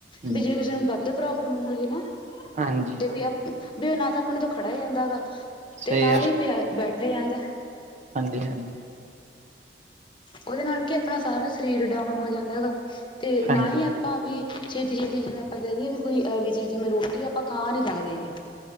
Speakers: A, on the right; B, on the left.
A: ਹਾਂਜੀ,
B: ਬਈ ਜੇ ਕਿਸੇ ਨੂੰ ਦਾ ਪ੍ਰੋਬਲਮ ਹੋ ਗਈ ਏ ਨਾ,
A: ਹਾਂਜੀ,
B: ਤੇ ਬਈ ਅਪ, ਬਈ ਨਾ ਤਾਂ ਆਪਣੇ ਤੋਂ ਖੜਿਆ ਜਾਂਦਾ ਹੈਗਾ।
A: ਸਹੀ
B: ਤੇ ਨਾ ਹੀ ਪਿਆ, ਬੈਠਿਆ ਜਾਂਦਾ ਐ।
A: ਹਾਂਜੀ ਹਾਂਜੀ।
B: ਉਹਦੇ ਨਾਲ ਕੀ ਆਪਣਾ ਸਾਰਾ ਸ਼ਰੀਰ ਡਾਊਨ ਹੋ ਜਾਂਦਾ ਹੈਗਾ, ਤੇ ਨਾ
A: ਹਾਂਜੀ।
B: ਹੀ ਆਪਾਂ ਵੀ ਛੇਤੀ ਛੇਤੀ ਜਿਵੇਂ ਆਪਾਂ ਕਹਿ ਦਈਏ ਵਈ ਕੋਈ ਹੈਵੀ ਚੀਜ, ਜਿਵੇਂ ਰੋਟੀ ਆਪਾਂ ਖਾ ਨਹੀਂ ਸਕਦੇ ਹੀਗੇ।